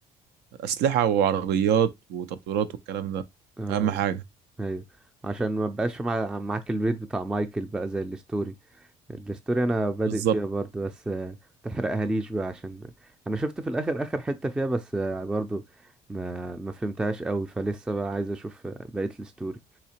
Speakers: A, on the right; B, in the centre.
A: أسلحة وعربيات وتطويرات والكلام ده
B: اه
A: أهم حاجة
B: ايوه عشان ما بقاش مع... معاك البيت بتاع مايكل بقى زي الستوري الستوري انا بادئ
A: بالظبط
B: فيها برضو بس آه، تحرقها ليش بقى عشان انا شفت في الاخر اخر حتة فيها بس آه، برضو ما ما فهمتهاش قوي فلسه بقى عايز اشوف آه، بقية الستوري